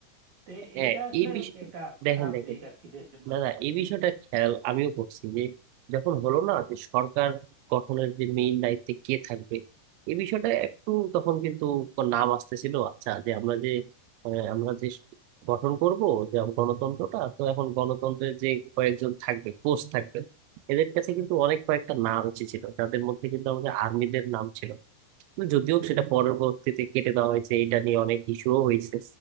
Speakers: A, on the right (about 45°); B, on the right (about 85°).
A: তো
B: হ্যাঁ
A: এইটা আসলে
B: এই বিষয়ে
A: একটা
B: দেখেন
A: খারাপ
B: দেখেন
A: দিক আর কি দেশের জন্য।
B: না না এই বিষয়টা খেয়াল আমিও করছি যে যখন হলো না যে সরকার গঠনের যে মেইন দায়িত্বে কে থাকবে এই বিষয়টা একটু তখন কিন্তু নাম আসতেছিল আচ্ছা যে আমরা যে আহ, আমরা যে গঠন করব যে গণতন্ত্রটা তো এখন গণতন্ত্রের যে কয়েকজন থাকবে কোচ থাকবে এদের কাছে কিন্তু অনেক কয়েকটা নাম এসেছিল যাদের মধ্যে কিন্তু আমাদের আর্মিদের নাম ছিল যদিও সেটা পরবর্তীতে কেটে দেওয়া হয়েছে এটা নিয়ে অনেক ইস্যুও হয়েছে